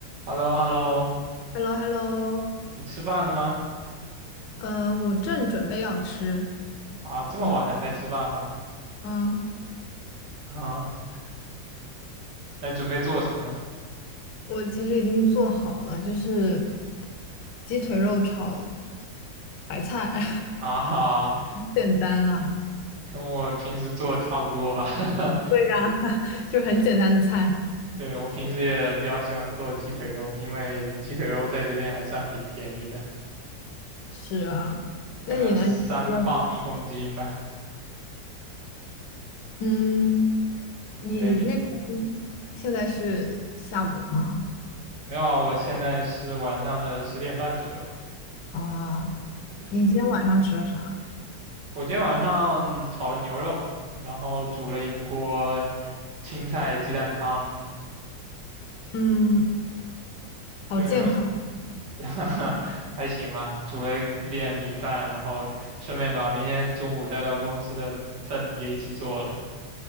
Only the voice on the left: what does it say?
Hello，Hello，
呃，我正准备要吃
你，嗯，
我其实已经做好了，就是鸡腿肉炒白菜，<laughs>
很简单了。
对呀，<laughs> 就很简单的菜。
是啊，那你呢？
你吃了什嗯，你那边现在是下午吗？
啊，
你今天晚上吃了啥？
嗯，
好健康，